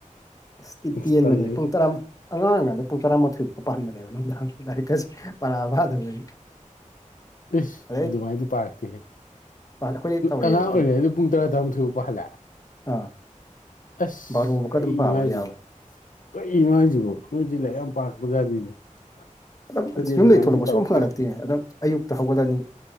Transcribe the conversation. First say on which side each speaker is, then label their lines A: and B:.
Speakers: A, on the left; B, on the left.
A: ꯑꯁꯇꯤ
B: ꯑꯁ
A: ꯄꯦꯟꯕꯅꯦ
B: ꯇꯜꯂꯤꯕꯣ
A: ꯄꯨꯡ ꯇꯔꯥ ꯑꯉꯥꯡꯑꯣꯏꯉꯥꯟꯗ ꯄꯨꯡ ꯇꯔꯥꯃꯥꯊꯣꯏꯃꯨꯛꯀ ꯄꯥꯍꯟꯕꯅꯦꯕ ꯅꯨꯡꯗꯥꯡ ꯂꯥꯏꯔꯤꯛꯀꯁꯦ ꯄꯔꯥ ꯐꯥꯗꯕꯒꯤ
B: ꯏꯁ
A: ꯑꯗꯩ
B: ꯑꯗꯨꯃꯥꯏꯗꯤ ꯄꯥꯔꯛꯇꯦꯍꯦ
A: ꯑꯩꯈꯣꯏꯗꯤ ꯇꯧꯔꯛꯑꯦꯕ
B: ꯑꯉꯥꯡ ꯑꯣꯏꯔꯤꯉꯩꯗ
A: ꯑꯗꯨꯅ
B: ꯄꯨꯡ ꯇꯔꯥ ꯇꯔꯥꯃꯊꯣꯏ ꯕꯨꯛ ꯄꯥꯍꯜꯂꯦ
A: ꯑꯥ
B: ꯑꯁ
A: ꯕꯥꯔꯣꯕꯨꯛꯀ
B: ꯀꯩꯒꯤꯅꯣ
A: ꯑꯗꯨꯝ ꯄꯥꯕ
B: ꯍꯥꯏꯁꯤꯕꯣ
A: ꯌꯥꯎꯋꯦ
B: ꯀꯅꯣ ꯍꯥꯏꯁꯤꯕꯣ ꯅꯣꯏꯗꯤ ꯂꯥꯏꯛ ꯌꯥꯝ ꯄꯥꯔꯛꯄꯖꯥꯠꯅꯤꯅꯦ
A: ꯑꯗꯨꯝ
B: ꯑꯩꯈꯣꯏꯗꯤ
A: ꯌꯨꯝꯗꯩ
B: ꯑꯗꯨꯃꯥꯏꯅꯗꯤ
A: ꯊꯣꯂꯛꯄꯁꯨ
B: ꯇꯧꯔꯛꯇ꯭ꯔꯦ
A: ꯑꯃ ꯐꯪꯉꯜꯂꯛꯇꯦ ꯑꯗꯨꯝ ꯑꯌꯨꯛꯇ ꯍꯧꯒꯠꯂꯅꯤ